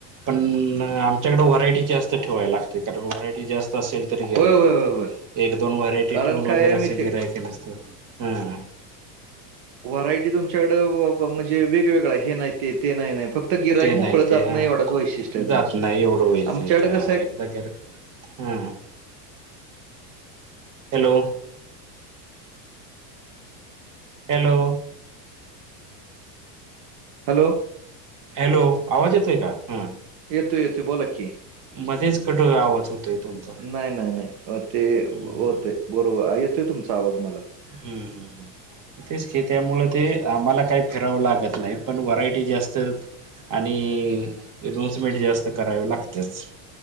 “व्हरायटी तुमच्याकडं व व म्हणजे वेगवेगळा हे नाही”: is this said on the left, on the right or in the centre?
Right